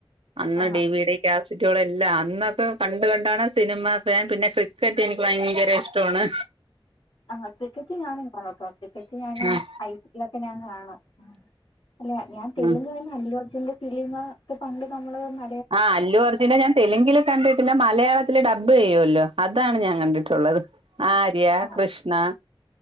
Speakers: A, on the right; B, on the left.
A: അന്ന്
B: ആ
A: ഡിവി ഡി ഗ്യസിറ്റികളല്ലാം അന്നൊക്കെ കണ്ട കണ്ടാണ് സിനിമ ഫാൻ പിന്നെ ക്രിക്കറ്റ് എനിക്ക് ഭയങ്കര ഇഷ്ടമാണ്.
B: ആഹ് ക്രിക്കറ്റ് ഞാനും കാണോട്ടോ ക്രിക്കറ്റ് ഞാന്
A: ഉം
B: ഐ പി എൽ ഒക്കെ ഞാൻ കാണും ഉം അല്ല ഞാൻ തെലുങ്ക്
A: ഉം
B: വ അല്ലു അർജൂന്റെ ഫിലിമ പ്പ പണ്ട്ക്കെ അമ്മള് മ
A: ആഹ് അല്ലുഅർജുനെ ഞാൻ തെലുങ്കില് കണ്ടിട്ടില്ല മലയാളത്തില് ഡബ് ചെയ്യുവല്ലോ അതാണ് ഞാൻ കണ്ടിട്ടുള്ളത്.
B: ചെയ്ത
A: ആര്യ
B: ആ
A: കൃഷ്ണ